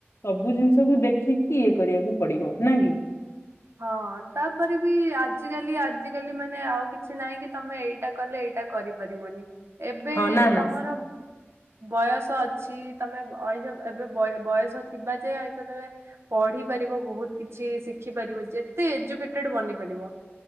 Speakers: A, on the left; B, on the right.
A: ସବୁ ଜିନିଷକୁ ଦେଖିକି ଇଏ କରିବାକୁ ପଡିବ ନାଁ କି?
B: ହଁ ତାପରେ ବି ଆଜିକାଲି ଆଜିକାଲି ମାନେ ଆଉ କିଛି ନାହିଁ କି ତମେ ଏଇଡ଼ା କଲେ ଏଇା ଟା କରିପାରିବନି ଏବେ
A: ହଁ ନା
B: ତମର
A: ନା
B: ବୟସ ଅଛି ତମେ ଅଇସ ଏବେ ବୟ ବୟସ ଥିବା ଯାଏଁ ଆଇସ ତମେ ପଢ଼ି ଢ଼ିପାରିବ ବୋହୁତ କିଛି ଶିଖି ପାରିବ ଯେତେ ଏଜୁକେଟେଡେ ବନିପାରିବ।